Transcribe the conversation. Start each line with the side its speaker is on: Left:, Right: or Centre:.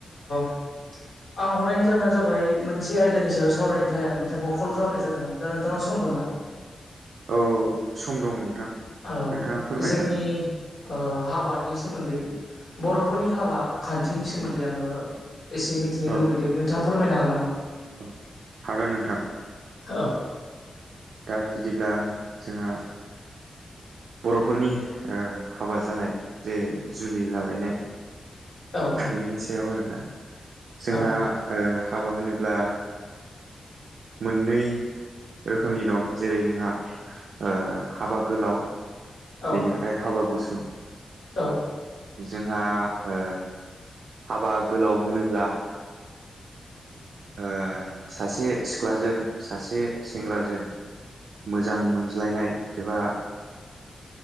Left: <inaudible> आं हरनायनि जाहोना जाबाय मोनसे आयदानि सायाव सावरायनो थाखाय आं नोंथांखौ कल खालामनाय जादोंमोन दा नोंथांनाव सम दंना <inaudible>
Right: औ सम दं नोंथां
Left: औ
Right: नोंथाङा फोरमायनो
Left: जोंनि
Right: हागोन
Left: ओ हाबानि सोमोन्दै बर'फोरनि हाबा खान्थिनि सोमोन्दै आङो एसे मिथिनो
Right: औ
Left: लुबैदों नोंथाङा फोरमायनो हागोन नामा
Right: औ हागोन नोंथां
Left: औ
Right: दा बिदिब्ला जोंहा बर'फोरनि ओ हाबा जानाय जे जुलि लालायनाय
Left: औ
Right: बिनि सायाव आरोना जोंहा
Left: औ
Right: ओ हाबा होनोब्ला मोननै रो रोखोमनि दं जेरै जोंहा ओ हाबा गोलाव
Left: औ
Right: बेनिफ्राय हाबा गुसुं
Left: औ।
Right: जोंहा ओ हाबा गोलाव होनोब्ला ओ सासे सिख्लाजों सासे सेंग्राजों मोजां मोनज्लायनाय एबा